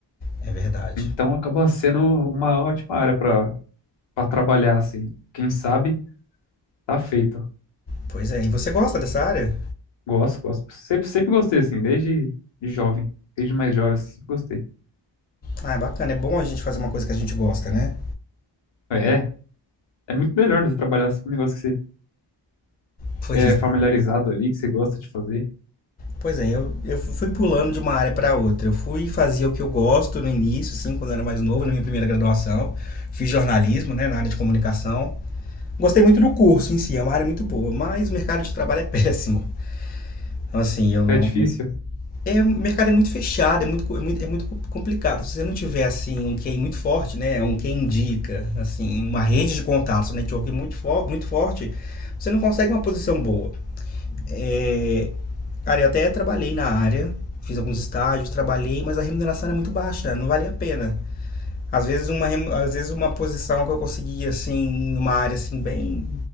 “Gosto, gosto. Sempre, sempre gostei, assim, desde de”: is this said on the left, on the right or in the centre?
Left